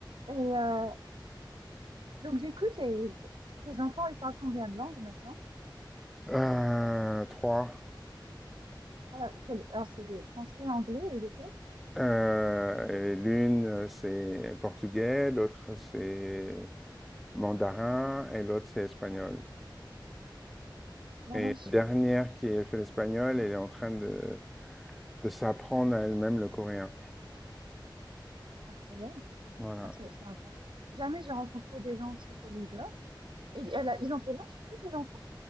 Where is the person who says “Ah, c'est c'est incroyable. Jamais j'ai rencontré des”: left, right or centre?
Right